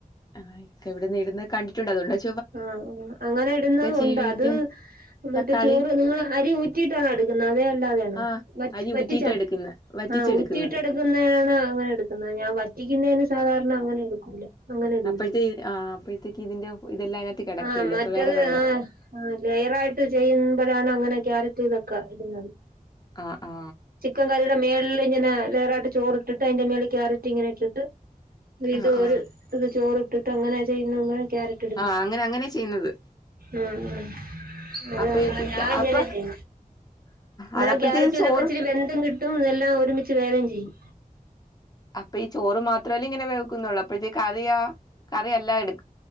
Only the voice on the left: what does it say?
ആ ഇക്ക ഇവിടെന്ന് ഇടന്ന് കണ്ടിട്ടുണ്ട് അതൊണ്ടണ്ട് ചേ
ചീവീട്ട്
തക്കാളി
ആഹ് അരി
ഊറ്റിയിട്ടാ എടുക്കുന്നെ വറ്റിച്ചെടുക്കുന്നത്
അപ്പോഴത്തെേ ആ് അപ്പോഴത്തേക്ക് ഇതിന്റെ ഇതെല്ലാം കിടക്കല്ലേ
അപ്പൊ വേറെ വേണ്ട
ആ ആ
ആഹ്
ആഹ്
ആഹ് അങ്ങനെ അങ്ങനെ ചെയ്യുന്നത്
അപ്പഴത്തേക്ക്
അപ്പൊ
അതപ്പോഴത്തേക്ക്
ചോറ്
അപ്പൊ ഈ ചോറ് മാത്രമല്ലേ ഇങ്ങനെ വെക്കുന്നുള്ളൂ അപ്പഴത്തെ കറിയാ കറി അല്ല എടു